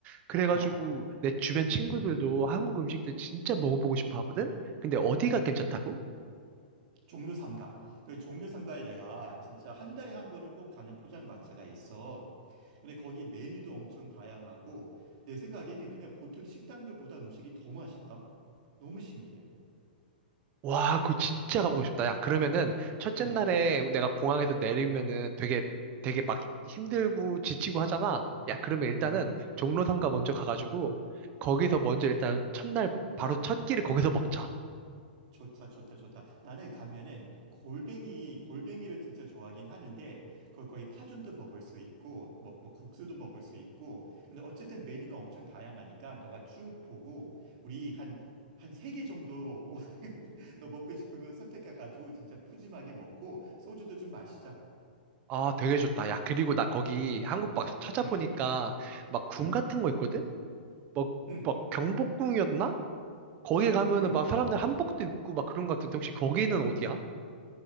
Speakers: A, on the right; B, on the right.
A: 그래가지고
B: 어.
A: 내 주변 친구들도 한국 음식들 진짜 먹어보고 싶어 하거든? 근데 어디가 괜찮다고?
B: 종묘 삼가. 그 종묘 삼가에 내가 진짜 한 달에 한 번은 꼭 가는 포장마차가 있어. 근데 거기 메뉴도 엄청 다양하고 내 생각에는 그냥 보통 식당들보다 음식이 더 맛있다. 너무 신기해.
A: 와, 그거 진짜 가보고 싶다. 야, 그러면은 첫째
B: 응,
A: 날에 내가 공항에서 내리면은 되게 되게 막 힘들고 지치고 하잖아. 야, 그러면 일단은
B: 응, 응.
A: 종로 삼가 먼저 가가지고 거기서 먼저 일단 첫날 바로 첫 끼를 거기서 먹자.
B: 좋다, 좋다, 좋다. 나는 가면은 골뱅이, 골뱅이를 진짜 좋아하긴 하는데 거의, 거의 파전도 먹을 수 있고 뭐, 뭐 국수도 먹을 수 있고. 근데 어쨌든 메뉴가 엄청 다양하니까 너가 쭉 보고 우리 한 한 세 개 정도 너 먹고 싶은 거 선택해가지고 진짜 푸짐하게 먹고 소주도 좀 마시자.
A: 아, 되게 좋다. 야, 그리고 나 거기 한국 막 찾아보니까
B: 응,
A: 막 궁
B: 응,
A: 같은 거 있거든? 뭐
B: 응,
A: 막 경복궁이었나? 거기 가면은
B: 응, 응.
A: 막 사람들
B: 어.
A: 한복도 입고 막 그런 거 같은데 혹시 거기는 어디야?